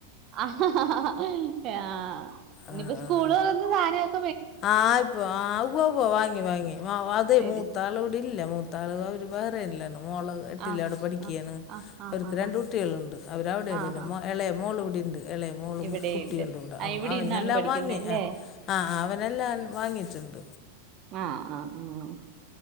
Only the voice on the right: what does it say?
<unintelligible> ആ
നിപ്പൊ സ്കൂള് തൊറന്ന് സാ
മേടിച്ചോ
ആഹ്
ആഹ് ആഹ് ആഹ്
ആഹ്
ആഹ്
ആഹ്
ആഹ്
ഇവിടെയുണ്ട്
ആ
ഇവിടെ
ഇന്നാണ് പഠിക്കുന്നല്ലേ
ആ ആആഹ്